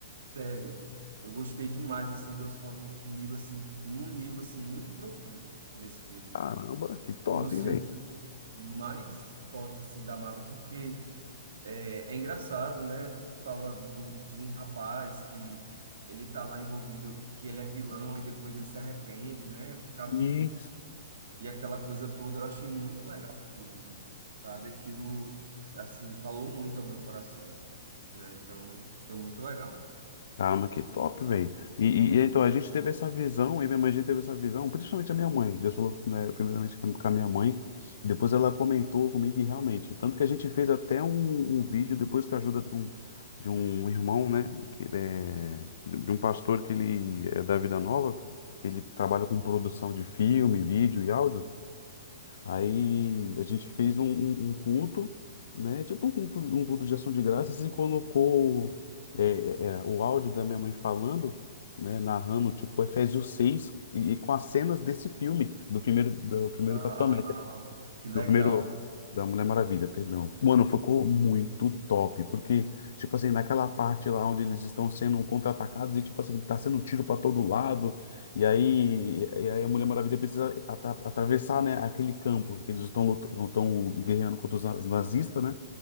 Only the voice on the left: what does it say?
Caramba, que top,
velho.
Isso.
Caramba, que top, velho. E, e- e então, a gente teve essa visão, eu e minha mãe, a gente teve essa visão, principalmente a minha mãe. Deus falou, né, primeiramente com com a minha mãe, depois ela comentou comigo e realmente. Tanto que a gente fez até um, um vídeo, depois com a ajuda de um, de um irmão, né, que ele é, de de um pastor que ele é da Vida Nova, que ele trabalha com produção de filme, vídeo e áudio. Aí a gente fez um, um- um culto, né? Tipo um culto, um culto de ação de graças e colocou é, é, é, o áudio da minha mãe falando, né? Narrando, tipo, Efésios 6 e, e com as cenas desse filme, do primeiro, do primeiro
Capitão América.
Meu primeiro da Mulher Maravilha, perdão. Mano, ficou muito top, porque, tipo assim, naquela parte lá onde eles estão sendo contra-atacados e, tipo assim, tá sendo tiro pra todo lado, e aí, e aí a Mulher Maravilha precisa atra- atravessar, né, aquele campo que eles estão lut- estão guerreando contra os na- os nazistas, né?